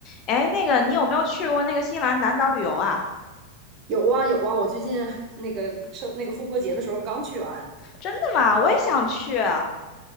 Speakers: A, on the left; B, on the right.
A: 哎，那个你有没有去过那个新西兰南岛旅游啊？
B: 有啊有啊，我最近还那个生那个复活节的时候刚去完。
A: 真的吗？我也想去。啊